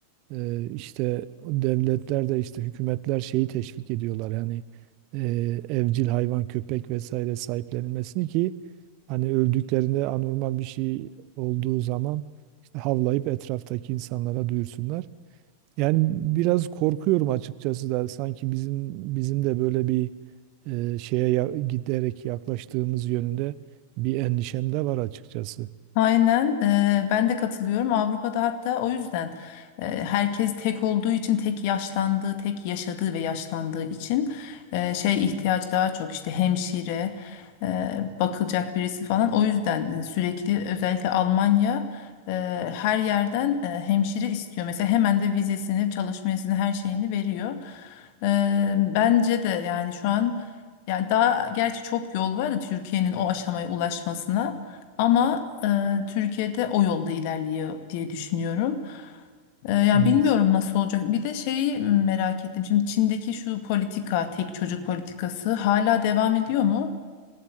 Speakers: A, on the right (about 40°); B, on the left (about 45°).
A: E, işte devletler de işte hükümetler şeyi teşvik ediyorlar. Yani e, evcil hayvan, köpek vesaire sahiplenilmesini ki hani öldüklerinde anormal bir şey olduğu zaman işte havlayıp etraftaki insanlara duyursunlar. Yani biraz korkuyorum açıkçası da sanki bizim bizim de böyle bir e, şeye ya- giderek yaklaştığımız yönünde bir endişem de var açıkçası.
B: Aynen eee, ben de katılıyorum Avrupa'da hatta o yüzden eee, herkes tek olduğu için tek yaşlandığı tek yaşadığı ve yaşlandığı için eee, şey ihtiyaç daha çok işte hemşire eee, bakılacak birisi falan o yüzden e, sürekli özellikle Almanya eee, her yerden e, hemşire istiyor mesela hemen de vizesini çalışma izni her şeyini veriyor Eee, bence de yani şu an yani daha gerçi çok yol var da Türkiye'nin o aşamaya ulaşmasına. Ama e, Türkiye'de o yolda ilerliyor diye düşünüyorum. E, yani
A: Evet.
B: bilmiyorum nasıl olacak. Bir de şeyi merak ettim. Şimdi Çin'deki şu politika, tek çocuk politikası hala devam ediyor mu?